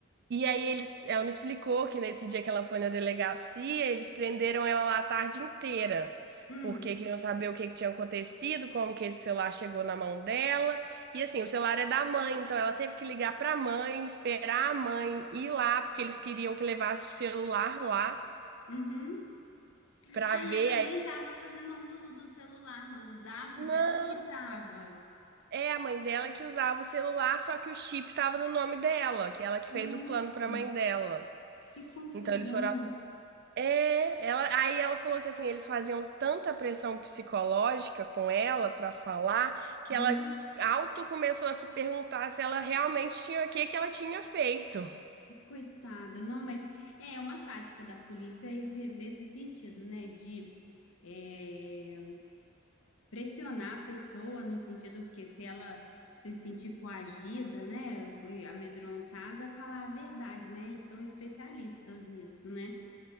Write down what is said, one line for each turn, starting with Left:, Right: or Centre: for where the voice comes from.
Right: E aí eles, ela me explicou que nesse dia que ela foi na delegacia, eles prenderam ela lá a tarde inteira,
Left: Hum,
Right: porque queriam saber o que que tinha acontecido, como que esse celular chegou na mão dela. E assim, o celular é da mãe, então ela teve que ligar pra mãe, esperar a mãe ir lá, porque eles queriam que levasse o celular lá
Left: uhum.
Right: pra
Left: Ah,
Right: ver.
Left: e ela
Right: Aí,
Left: nem tava fazendo uso do celular, não. Os dados
Right: não,
Left: dela que tava.
Right: é a mãe dela que usava o celular, só que o chip tava no nome dela, que ela que fez
Left: Nossa,
Right: o plano pra mãe dela.
Left: que confusão.
Right: Então eles foram É, ela, aí ela falou que assim, eles faziam tanta pressão psicológica com ela pra falar que
Left: Uhum.
Right: ela auto começou a se perguntar se ela realmente tinha o que que ela tinha feito.
Left: Coitada, não, mas é uma tática da polícia esse, nesse sentido, né? De, é, pressionar a pessoa no sentido que se ela se sentir coagida, né, e amedrontada, falar a verdade, né? Eles são especialistas nisso, né?